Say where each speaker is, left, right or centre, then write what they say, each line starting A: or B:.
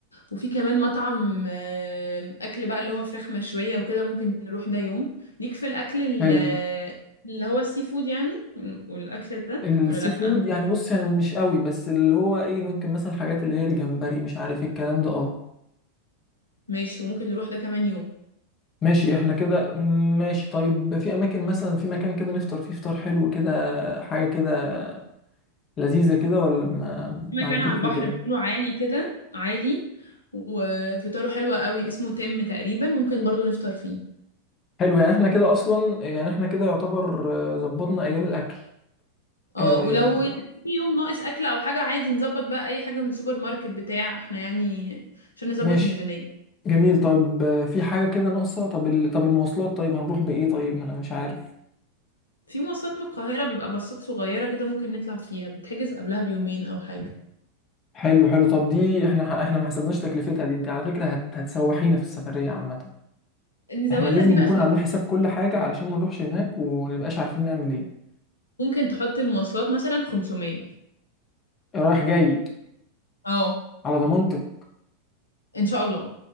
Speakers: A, on the left (about 80°); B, on the left (about 30°).
A: وفي كمان مطعم آه، اكل بقى اللي هو فراخ مشويه وكده ممكن نروح ده يوم ليك في الاكل ال-
B: حلو
A: اللي هو السي فود يعني والاكل ده
B: السي
A: ولا لا
B: فود يعني بص أنا مش قوي بس اللي هو إيه ممكن مثلا الحاجات اللي هي الجمبري مش عارف إيه الكلام ده أه
A: ماشي وممكن نروح ده كمان يوم
B: ماشي احنا كده ماشي طيب في أماكن مثلا في مكان كده نفطر فيه فطار حلو كده حاجة كده لذيذة كده ولا ما,
A: في مكان
B: ما عندكش
A: على البحر
B: فكرة
A: بيقولوا عالي كده عالي وفطاره حلو قوي اسمه تم تقريبا ممكن برضو نفطر فيه
B: حلو يعني احنا كده اصلا يعني احنا كده يعتبر آه، ظبطنا ايام الاكل
A: اه
B: آه
A: ولو يعني في يوم ناقص اكل او حاجه عادي نظبط بقى اي حاجه من السوبر ماركت بتاع احنا يعني عشان نظبط
B: ماشي
A: الميزانيه
B: جميل طيب آه، في حاجه كده ناقصه طب ال... طب المواصلات طيب هنروح بايه طيب ما انا مش عارف
A: في مواصلات من القاهره بيبقى باصات صغيره كده ممكن نطلع فيها بتتحجز قبلها بيومين او حاجه
B: حلو حلو طب دي احنا ح- احنا ما حسبناش تكلفتها دي انت على فكره هت... هتسوحينا في السفريه عامه
A: نزودها
B: احنا لازم
A: دي
B: نكون
A: بقى في الأكل.
B: عاملين حساب كل حاجه علشان ما نروحش هناك ونبقاش عارفين نعمل ايه
A: ممكن تحط المواصلات مثلا 500
B: رايح جاي
A: اه
B: على ضمانتك
A: ان شاء الله